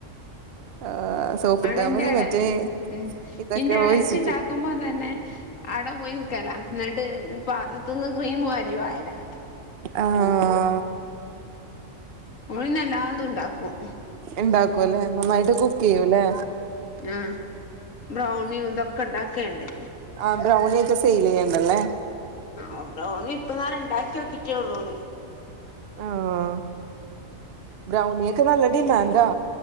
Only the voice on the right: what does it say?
ആ സോപ്പിട്ടാ
മതി
മറ്റേ
ഇതൊക്കെ
ഒഴിച്ചിട്ട്
ആഹ്
ഉണ്ടാക്കുല്ലെ നന്നായിട്ട് കുക്ക് ചെയ്യൂല്ലേ
ആ ബ്രൗണി ഒക്കെ സെയിൽ ചെയ്യണ്ടല്ലേ.
ആഹ് ബ്രൗണിയൊക്കെ നല്ലടിമാന്റാ